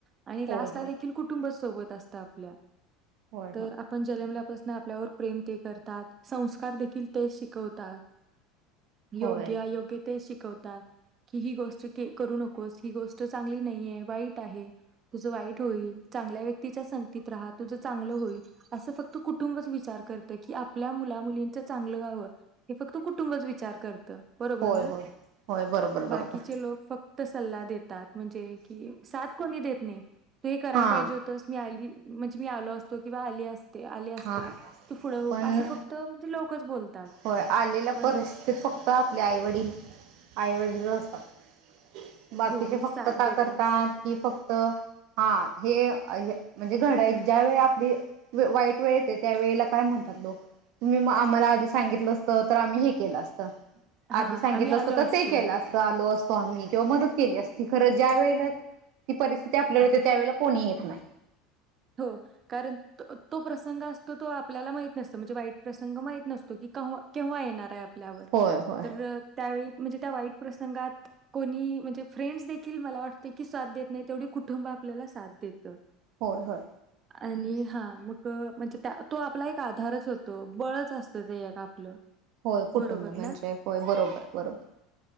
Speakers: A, on the right (about 35°); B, on the right (about 60°).
A: आणि
B: होय
A: लास्ट
B: होय
A: ला देखील कुटुंब सोबत असत आपल्या.
B: होय
A: तर
B: होय
A: आपण जलमल्या पस आपल्यावर प्रेम ते करतात संस्कार देखील तेच शिकवतात. योग्य
B: होय.
A: योग्य ते शिक शिकवतात. की ही गोष्ट करू नको. कोस ही गोष्ट चांगली नाहीये. वाईट आहे तुज वाईट होईल चांगल्या व्यक्तीच्या संगतीत रहा तुझ चांगलं होईल अस फक्त कुटुंबच विचार करत की आपल्या मुला मुलीं चांगलं गावं हे फक्त कुटुंच विचार करत बरोबर
B: होय
A: ना
B: होय होय बरोबर बरोबर
A: बाकीचे लोक फक्त सल्ला देतात म्हणजे कि साथ कोणी देत नाही. तू हे कराय
B: हां
A: पाहिजे होतस मी आली म्हणजे मी आलो असतो किंवा आली अस ते आले असते
B: हां
A: तू पुढं हो
B: पण
A: असं फक्त म्हणजे लोकच बोलतात.
B: होय. आलेल्या
A: पण
B: परिस्थितीत फक्त आपल्या आईवडील आईवडील -- <unintelligible> बाकीचे
A: हो म्हणजे
B: फक्त
A: साथ
B: का
A: देतात
B: करतात कि फक्त हा हे -- आई म्हणजे घड ज्या वेळी आपली वाईट वेळ येते त्या वेळेला काय म्हणतात लोक तुम्ही आम्हाला आधी -- सांगितलं असत तर आम्ही हे केलं असत.
A: हा
B: आधी सांगितलं
A: आम्ही आलो
B: असतं तर
A: असतो
B: ते केलं असं आलो अस. म्ही किंवा मदत केली असती खरं ज्या वेळेला ती परिस्थिती आपल्याला होते त्या वेळेला कोणी येत नाही.
A: हो कारण तो प्रसंग असतो तो आपल्याला माहित नसतो म्हणजे वाईट प्रसंग माहत नसतो की केव्हा येणार आहे. ल्यावर
B: होय होय
A: तर त्यावेळी म्हणजे त्या वाईट प्रसंगात कोणी म्हणजे फ्रेंड. ख मला वाटतं की साथ देत नाही तेवढी कुटुंब आपल्याला साथ देत. तर
B: हो हो.
A: आणि हा मग म्हणजे त्या तो आपला एक आधारच होतो बळच असतं ते एक आपलं.
B: होय कुटुंब
A: बरोबर
B: म्हणजे
A: ना
B: होय बरोबर बरोबर.